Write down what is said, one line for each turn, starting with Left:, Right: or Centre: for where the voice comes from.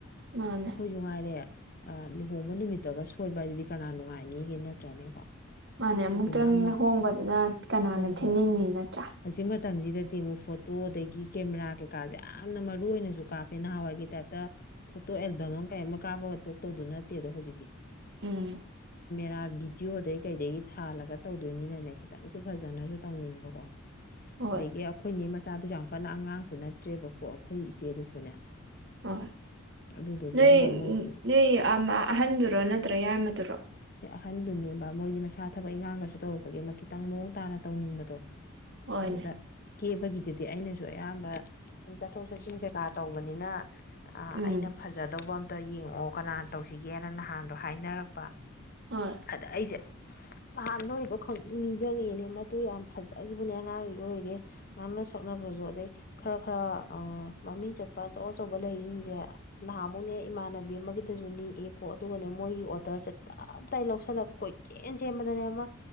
Right: ꯃꯥꯅꯦ
Left: ꯑꯩꯈꯣꯏꯁꯨ ꯉꯥꯏꯔꯦ ꯂꯨꯍꯣꯡꯕ ꯅꯨꯃꯤꯠ ꯇꯒ ꯁꯣꯏꯕ ꯍꯥꯏꯗꯨꯗꯤ ꯀꯅꯥ ꯅꯨꯡꯉꯥꯏꯅꯤꯒꯦ ꯅꯠꯇ꯭ꯔꯅꯦꯀꯣ
Right: ꯃꯥꯅꯦ
Left: ꯑꯗꯨꯗꯨꯅ
Right: ꯑꯃꯨꯛꯇꯪ
Left: ꯑꯃ
Right: ꯍꯣꯡꯕꯗꯨꯅ ꯀꯅꯥꯅ
Left: ꯍꯣꯏ
Right: ꯊꯤꯟꯅꯤꯡꯉꯤ
Left: ꯍꯣꯏ
Right: ꯅꯠꯇ꯭ꯔꯥ
Left: ꯍꯧꯖꯤꯛ ꯃꯇꯝꯁꯤꯗꯗꯤ ꯑꯃꯨꯛ ꯐꯣꯇꯣ ꯑꯗꯒꯤ ꯀꯦꯃꯦꯔꯥ ꯀꯩꯀꯥꯁꯦ ꯌꯥꯝꯅ ꯃꯔꯨꯅꯁꯨ ꯀꯥꯞꯄꯦ ꯅꯍꯥꯟꯋꯥꯏꯒꯤ ꯇꯥꯏꯞꯇ ꯐꯣꯇꯣ ꯑꯦꯜꯕꯝ ꯑꯃ ꯀꯩ ꯑꯃ ꯀꯥꯞꯄꯒ ꯇꯣꯛ ꯇꯧꯗꯨ ꯅꯠꯇꯦ ꯑꯗꯣ ꯍꯧꯖꯤꯛꯇꯤ
Right: ꯎꯝ
Left: ꯔ ꯚꯗꯤꯑꯣꯗꯩ ꯀꯩꯗꯩ ꯊꯥꯜꯂꯒ ꯇꯧꯗꯣꯏꯅꯤꯅꯅꯦ ꯈꯤꯇꯪꯁꯨ ꯐꯖꯅꯁꯨ ꯇꯧꯅꯤꯡꯕꯀꯣ
Right: ꯍꯣꯏ
Left: ꯑꯗꯒꯤ ꯑꯩꯈꯣꯏꯅꯦ ꯃꯆꯥꯗꯨꯁꯨ ꯌꯥꯝ ꯀꯟꯅ ꯑꯉꯥꯡꯁꯨ ꯅꯠꯇ꯭ꯔꯦꯕꯀꯣ ꯑꯩꯈꯣꯏ ꯏꯆꯦꯗꯨꯁꯨꯅꯦ
Right: ꯍ
Left: ꯑꯗꯨꯗꯨꯒꯤ
Right: ꯅꯣꯏ
Left: ꯑꯃ ꯃꯣꯏꯗꯤ
Right: ꯅꯣꯏ ꯑꯍꯟꯗꯨꯔꯣ ꯅꯠꯇ꯭ꯔꯥ ꯌꯥꯏꯃꯗꯨꯔꯣ
Left: ꯈꯟꯗꯨꯣꯏꯅꯦꯕ ꯃꯣꯏꯗꯤ ꯃꯁꯥ ꯊꯕꯛ ꯏꯪꯉꯥꯡꯒꯁꯨ ꯇꯧꯔꯛꯄꯒꯤ ꯑꯃ ꯈꯤꯇꯪ ꯃꯑꯣꯡ ꯇꯥꯅ ꯇꯧꯅꯤꯡꯕꯗꯣ
Right: ꯍꯣꯏꯅꯦ
Left: ꯑꯗꯨꯗ ꯀꯦꯕꯒꯤꯗꯨꯗꯤ ꯑꯩꯅꯁꯨ ꯑꯌꯥꯝꯕ ꯑꯗꯨꯨꯝ ꯆꯠꯊꯣꯛ ꯆꯠꯁꯤꯟ ꯀꯩꯀꯥ ꯇꯧꯕꯅꯤꯅ
Right: ꯎꯝ
Left: ꯑꯩꯅ ꯐꯖꯗꯧꯕ ꯑꯝꯇ ꯌꯦꯡꯉꯛꯑꯣ ꯀꯅꯥ ꯇꯧꯁꯤꯒꯦꯅ ꯅꯍꯥꯟꯗꯣ ꯍꯥꯏꯅꯔꯛꯄ
Right: ꯍꯣꯏ
Left: ꯑꯗ ꯑꯩꯁꯦ ꯅꯍꯥꯟ ꯅꯣꯏꯗ ꯈꯪ ꯅꯤꯡꯁꯤꯡꯉꯤꯅꯦ ꯃꯗꯨ ꯌꯥꯝ ꯐꯖ ꯑꯗꯨꯕꯨꯅꯦ ꯑꯉꯥꯡꯒꯤ ꯑꯣꯏꯔꯦ ꯉꯥꯡꯅ ꯁꯛꯅꯕꯁꯨ ꯑꯗꯩ ꯈꯔ ꯈꯔ ꯃꯃꯤꯡ ꯆꯠꯄ ꯑꯆꯧ ꯑ ꯑꯆꯧꯕ ꯂꯩꯔꯤꯅꯤꯁꯦ ꯑꯁ ꯅꯍꯥꯃꯨꯛꯅꯦ ꯏꯃꯥꯟꯅꯕꯤ ꯑꯃꯒꯤꯗꯁꯨ ꯅꯦꯛꯑꯀꯣ ꯑꯗꯨꯒꯅꯦ ꯃꯣꯏꯒꯤ ꯑꯣꯗꯔ ꯆꯠꯇ ꯑꯞꯇꯥꯏ ꯂꯧꯁꯜꯂꯕ ꯀꯣ ꯏꯆꯦꯟ ꯆꯦꯟꯕꯗꯅꯦ ꯑꯃ